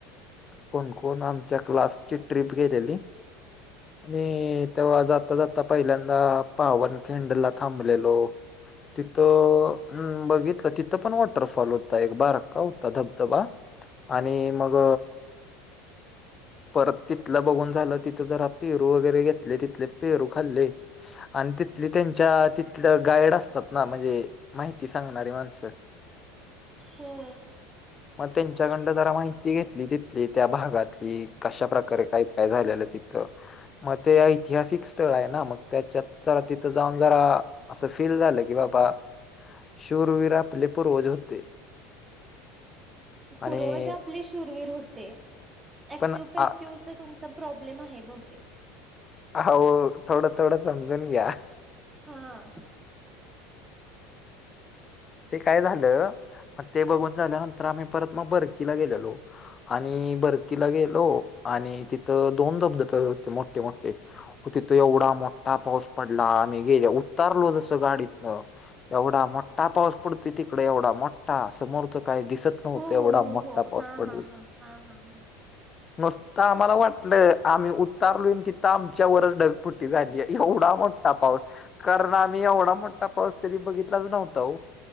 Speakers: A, on the left; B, on the right.
A: कोण, कोण आमच्या क्लास्टची ट्रिप गेलेली. मी तेव्हा जाता, जाता पहिल्यांदा पावनखिंडला थांबलेलो तिथं हम्म बघितलं तिथं पण वॉटरफॉल होता एक बारका होता धबधबा. आणि मग परत तिथलं बघून झालं तिथं जरा पेरू वगैरे घेतले तिथले पेरू खाल्ले. आणि तिथली त्यांच्या तिथलं गाईड असतात ना म्हणजे माहिती सांगणारी माणसं. <inaudible>
B: हो, अ...
A: मग त्यांच्याकडनं जरा माहिती घेतली तिथली त्या भागातली. कशाप्रकारे काय काय झालेलं तिथं. मग ते ऐतिहासिक स्थळ आहे ना मग त्याच्यात जरा तिथं जाऊन जरा असं फील झालं की बाबा शूरवीर आपले पूर्वज होते. <inaudible> आणि
B: पूर्वज आपले शूरवीर होते ऍक्टिव
A: पण आ-
B: पेश ते तुमचा प्रॉब्लेम आहे बहुतेक.
A: हो थोडं, थोडं समजून घ्या.
B: हां.
A: ते काय झालं मग ते बघून झाल्यानंतर आम्ही परत मग बरकीला गेलेलो. आणि बरकीला गेलो आणि तिथं दोन धबधबे होते मोठे, मोठे हो तिथं एवढा मोठा पाऊस पडला आम्ही गेल्या उतारलो जसं गाडीतनं एवढा मोठ्ठा पाऊस पडतोय तिकडे एवढा मोठा समोर काही दिसत नव्हतं
B: हो
A: एवढा
B: हो हो
A: मोठा
B: हो
A: पाऊस
B: हा
A: पडल
B: हा हा हा हा हा.
A: नुसतं आम्हाला वाटलं आम्ही उतारल तिथं आमच्यावरच ढगफुटी झालीय. एवढा मोठा पाऊस कारण आम्ही एवढा मोठा पाऊस कधी बघितलाच नव्हता ओ.